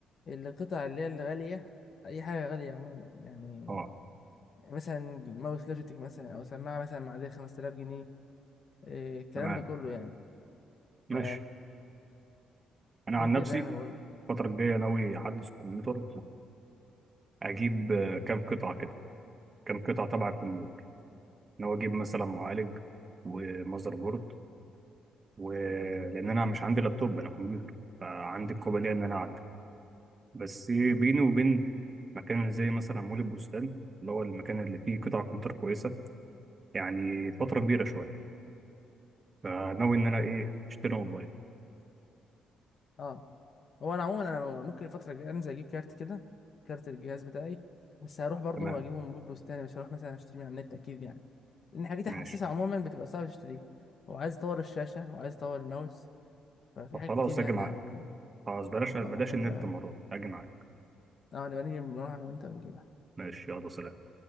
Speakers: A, on the left; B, on the right.
A: القطع اللي هي الغالية اي حاجة غالية عموما يعني
B: اه
A: مثلا ماوس لوجيتك مثلا او سماعة مثلا معدية 5000 جنيه إيه الكلام
B: تمام
A: ده كله يعني
B: ماشي
A: ف
B: انا
A: عشان
B: عن
A: كده
B: نفسي
A: يعني بقول لك.
B: الفتره الجايه ناوي احدث الكمبيوتر واجيب آه، كام قطعه كده كام قطعه تبع الكمبيوتر ناوي اجيب مثلا معالج ومذر بورد ولان انا مش عندي لابتوب انا كمبيوتر فعندي القابليه ان انا اعدل بس بيني
A: مم.
B: وبين مكان زي مثلا مول البستان اللي هو المكان اللي فيه قطع كمبيوتر كويسه يعني فتره كبيره شويه فناوي ان انا ايه اشتري اونلاين
A: اه هو انا عموما انا ممكن الفتره الجايه انزل اجيب كارت كده كارت الجهاز بتاعي بس هروح برضو
B: تمام
A: اجيبه من بيت بستاني مش هروح مثلا اشتري من على النت اكيد يعني لان حاجات
B: ماشي
A: الحساسه عموما بتبقى صعب تشتريها وعايز اطور الشاشه وعايز اطور الماوس ففي
B: طب
A: حاجات
B: خلاص
A: كتير يعني
B: اجي معاك
A: هنجيبها
B: خلاص بلاش بلاش
A: اه فنبقى
B: النت المره دي اجي معاك
A: اه نبقى نيجي نروح انا وانت ونجيبها
B: ماشي يلا سلام